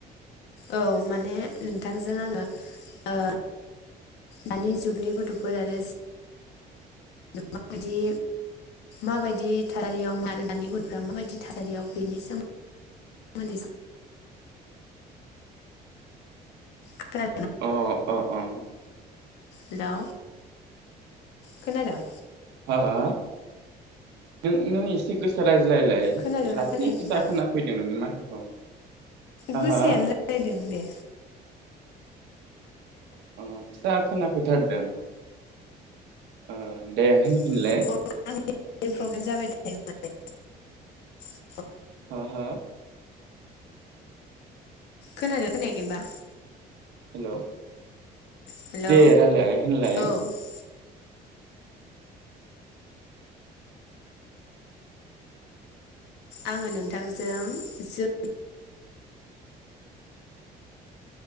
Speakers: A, on the left; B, on the right.
A: औ माने नोंथांजों आङो ओ दानि जुगनि गथ'फोर आरो माबायदि माबायदि थारारियाव आरो दानि गथ'फोरा माबायदि थारारियाव बेनि सोमोन्दै खोनाद
B: अ अ अ
A: हेलौ खोनादों?
B: हा हा नों नों एसे गोसा रायज्लायलाय
A: खोनादोंना
B: लासै
A: खोनायाखैबा
B: फिसा खोनाफैदों नोंनि माथोखौ। हा
A: गोसायानो
B: हा
A: रालायदों दे
B: अ फिसा खोनाफैथारदों ओ दे होनफिनलाय
A: <unintelligible> प्रब्लेम जाबाय दं <unintelligible>
B: हो हो
A: खोनादोंना खोनायाखैबा
B: हेलौ
A: हेलौ
B: दे रायलाय होनलाय
A: औ ओ ओ नोंथांजों जो